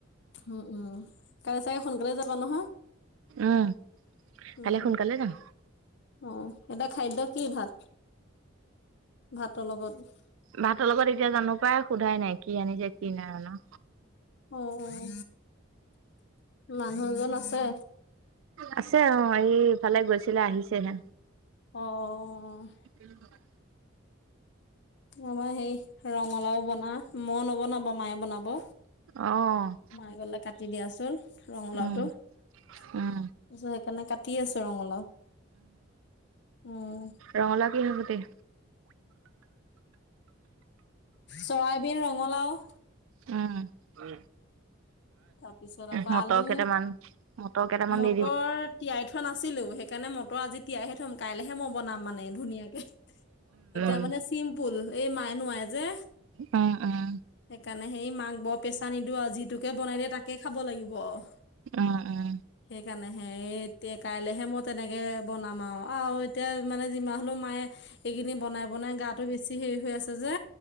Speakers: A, on the left; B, on the right.
A: উম উম কাইলে চাগে সোনকালে যাবা নহয়।
B: উম
A: উম
B: কাইলে সোনকালে যাম।
A: উম অ এতিয়া খাদ্য কি ভাত। ভাতৰ লগত।
B: ভাতৰ লগত এতিয়া জানো পাই সোধাই নাই কি আনিছে কি নাই আনা।
A: অহ অহ মানুহজন আছে।
B: আছে অহ এই ইফালে গৈছিলে আহিছেহে।
A: অহ'।
B: কিমান টকা।
A: আমাৰ সেই ৰঙালাও বনা, মই নবনাও বাৰু, মায়ে বনাব।
B: অ',
A: মায়ে ক'লে কাটি দিয়াচোন, ৰঙালাওটো।
B: উম,
A: তাৰ
B: উম,
A: পিছত সেইকাৰণে কাটি আছো ৰঙালাউ, উম।
B: ৰঙলাও কিহৰ কুটি।
A: চৰাইবিন ৰঙালাও।
B: উম।
A: তাৰপিছত আকৌ
B: মটৰ
A: আলু
B: কেইটামান মটৰ কেইটামান
A: মটৰ।
B: দি
A: তিয়াই থোৱা নাছিলেই সেই কানে মটৰ আজি তিয়াইহে থয়। কাইলেহে মই বনাম মানে ধুনীয়াকে, এতিয়া
B: উম,
A: মানে চিম্পুল এই মায়ে নোৱাৰে যে।
B: উম, উম।
A: সেইকাৰণে সেই মাক বৰ প্ৰেছাৰ নিদিওঁ আৰু যিটোকে বনাই দিয়ে, তাকে খাব লাগিব আও।
B: উম, উম।
A: সেইকাৰণেহে এ-এতিয়া কাইলেহে মই তেনেকে বনাম আও। আও। তেওঁ মানে যিমান হ'লেও মায়ে। এই কেইদিন বনাই-বনাই গাটো বেছি হেৰি হৈ আছে যে।